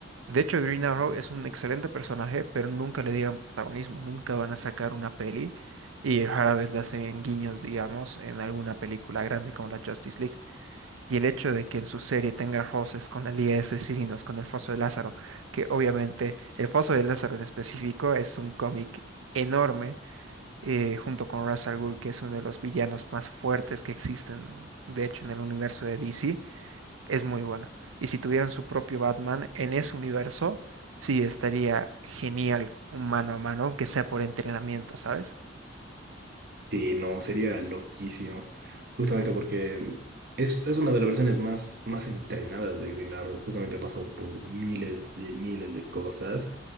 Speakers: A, on the right (about 85°); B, on the right (about 50°).
A: de hecho Green Arrow es un excelente personaje, pero nunca le dieron protagonismo, nunca van a sacar una peli. Y rara vez le hacen guiños, digamos, en alguna película grande como la Justice League. Y el hecho de que en su serie tenga roces con la de Asesinos, con el Foso de Lázaro, que obviamente el Foso de Lázaro en específico es un cómic enorme, eh, junto con Ra's al Ghul, que es uno de los villanos más fuertes que existen, de hecho, en el universo de DC, es muy bueno. Y si tuvieran su propio Batman en ese universo, sí estaría genial un mano a mano, aunque sea por entrenamiento, ¿sabes?
B: Sí, no, sería loquísimo. Justamente porque es, es una de las versiones más, más entrenadas de Green Arrow. Justamente ha pasado por miles de miles de cosas